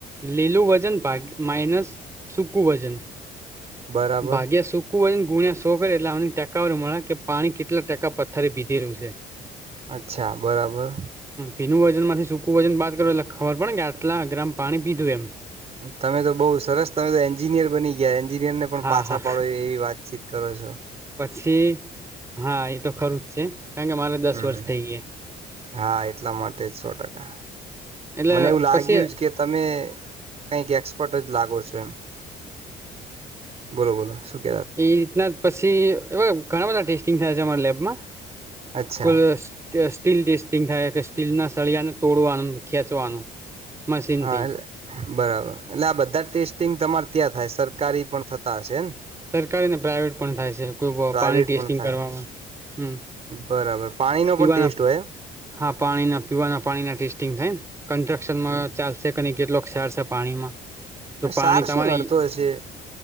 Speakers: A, on the right; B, on the right.
A: લીલું વજનકી માઇનસ સૂકું વજન
B: બરાબર
A: ભાગ્યા, શો વન ગુણ્યા, શો કરે એટલે આ ટટેકાવાર, મળે કે પાણી કેટલા ટકા પથ્થરે ભીધે રહ્યું છે.
B: અચ્છા, બરાબર.
A: પીનું વજન માંથી સૂકું વજન બાદ કરો એટલે ખબર પડ કે આટલા ગ્રામ, પાણી પીધું એમ
B: તમે તો બઉુ સરસ, તમે તો એન્જિનિયર બની ગયા એન્જિનિયર ને પણ
A: હા
B: પાછા,
A: હા
B: પાડો એવી વાતચીત તર, છો.
A: પછી, હા એ તો ખરું જ છે, કારણ કે મારે દસ
B: હમ
A: વર્ષ થઈ ગયા.
B: હા, એટલા માટે જ સો ટકા
A: એટલે
B: મને એવું લાગ્યું,
A: પછી
B: જ કે તમે કઈક એક્સપર્ટ જ લાગો છો, એમ
A: હમ.
B: બોલો, બોલો સુખ
A: એ રીતના પછી, એવા ઘણા, બધા ટેસ્ટિંગ થયા છે, મારા લેબમાં
B: અચ્છા
A: કુલાસ સ્ટીલ ટેસ્ટિંગ થાય, કે સ્ટીલ ના સળિયાને તોડવાનું ખેંચવાનું મશીનથી
B: હા, એટલે બરાબર એટલે આ બધા, ટેસ્ટિંગ તમારે ત્યાં થાય સર સરકારી પણ થતા, હશેને?
A: સરકારી ને પ્રાાઈવેટ પણ થાય છે, કોઈ
B: પ્રાઇવેટ
A: પાણી ટેસ્ટિંગ
B: પણ થાય
A: કરવામાં હમ
B: બરાબર પાણીનો,
A: પીવાના
B: પણ ટેસ્ટ હોય?
A: હા, પાણી ના પીવાના પાણીના ટેસ્ટિંગ થાય, ને કન્સ્ટ્રક્શનમા
B: એમ
A: ચાલશે ક કેટ કાર છે, પાણીમા તો, પાણી
B: સાર
A: તમારી
B: શું નડતો હશે